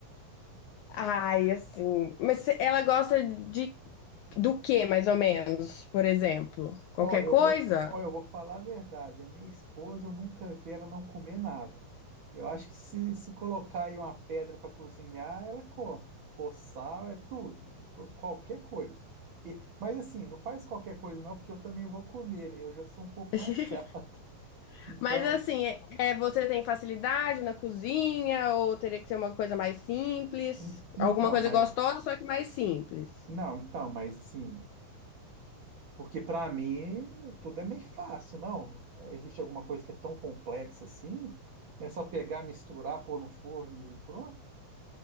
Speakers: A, on the left; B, on the right.
A: Ai, assim. Mas cê- ela gosta de do que, mais ou menos? Por exemplo, qualquer
B: Ó, eu
A: coisa?
B: vou, ó, eu vou falar a verdade. A minha esposa, eu nunca vi ela não comer nada. Eu acho que se, se colocar aí uma pedra para cozinhar, ela come. Ou sal, é tudo. qu- Qualquer coisa. E- mas assim, não faz qualquer coisa não, porque eu também vou comer, né? Eu já sou um pouco
A: <laughs>
B: mais <laughs> chato. Então,
A: Mas assim, é, é, você tem facilidade na cozinha ou teria que ser uma coisa mais simples?
B: en- então,
A: Alguma coisa
B: mas...
A: gostosa, só que mais simples.
B: Não, então, mas assim... Porque para mim, tudo é meio fácil, não? É, Existe alguma coisa que é tão complexa assim? É só pegar, misturar, pôr no forno e pronto?